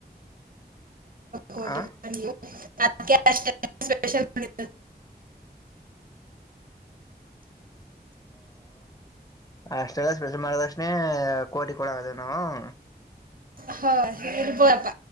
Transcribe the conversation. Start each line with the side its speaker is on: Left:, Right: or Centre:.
Right: ಕೋಟಿ
Left: ಆ
Right: ನೀ ಅದಕ್ಕೆ ಸ್ಪಲ್
Left: ಅಷ್ಟೆಲ್ಲ ಸ್ಪೆಷ ಮಾಡದಕ್ಷಣಿ ಕೋಟಿ ಕೊಡಗದ ನಾವು.
Right: ಹ ಹೇಳಬಪ್ಪ